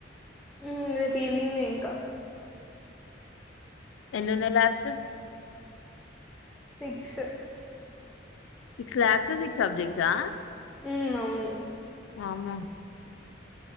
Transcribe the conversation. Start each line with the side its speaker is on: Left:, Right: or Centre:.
Centre: హు రేపు ఈవినింగ్ ఇంకా
Left: ఎన్నున్నాయి labs
Centre: six
Left: six labs six సబ్జెక్ట్సా
Centre: ఉ అవును
Left: వామ్మో